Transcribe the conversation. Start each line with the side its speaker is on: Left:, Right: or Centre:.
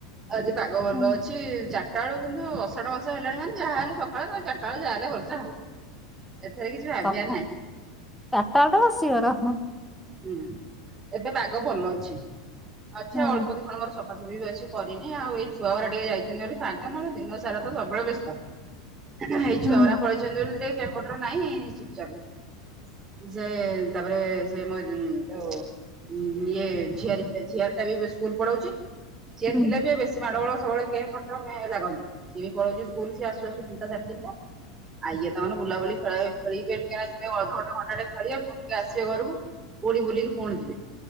Right: ଆଜି ପାଗ ଭଲ
Centre: ହୁଁ
Right: ଅଛି ଚ ଚାରା ବଳୁନ୍ତୁ ଅଢ ମାର୍ ହେଲାଣିନ ଯାହା ହେଲେ ସକା ତାଉ ଚାରଟା ବେ ଯାହା ହେଲେ ବର୍ଷା ହବ। ଏଥରେ କିଛି ଭାବିବାର
Centre: ଚାରିଟା
Right: ନାଇଁ।
Centre: <unintelligible>
Right: ହୁଁ ଏବେ ବାଘ ଭଲ ଅଛି ଅଛ
Centre: ହୁଁ
Right: ଅଳ୍ପ ଦିଖଣ ମୋର ସବ ହସ ବି ଅଛି କରିନି ଆଉ ଏଇ ଛୁଆଗୁରା ଟିକେ ଯାଇଛନ୍ତି ବୋଲି ଫାଙ୍କା ନହେଲେ ଦିନ ସାରା ତ ସବୁବେଳେ ବ୍ୟସ୍ତ। ହେଇ
Centre: ହୁଁ
Right: ଛୁଆ ଗୁରା ପଳେଇ ଚନ୍ତି ବୋଲି ସେ କେଁ କଟର ନାହିଁ ଚୁପଚାପ ସେ ତାପରେ ସେ ମଇ ହୁଁ ଯୋଉ ଇଏ ଝିଆରୀ ପାଇଁ ଝିଅରୀ ଟା ବି ସ୍କୁଲ ପଳଉଚି। ସିଏ
Centre: ହୁଁ
Right: ଥିଲେ ବି ଏବେ ସେ ମାଡ଼ ଗୋଳ ସବୁବେଳେ କେଁ କଟର ମେଁ ଲାଗନ୍ତି। ସିଏ ବି ପଳଉଚି ସ୍କୁଲ ସେ ଆସୁ ଆସୁ ତିନିଟା ସାଢେ ତିନିଟା। ଆ ଇଏତ ଆମର ବୁଲାବୁଲି ଖେଳ ଖେଳିବେ ଟିକେ ଯିବେ ଅଧଘଣ୍ଟା ଘଣ୍ଟା ଟେ ଖେଳିବେ ପୁଣି ଟିକେ ଆସିବେ ଘରକୁ। ପୁଣି ବୁଲିକି ପୁଣି ଯିବେ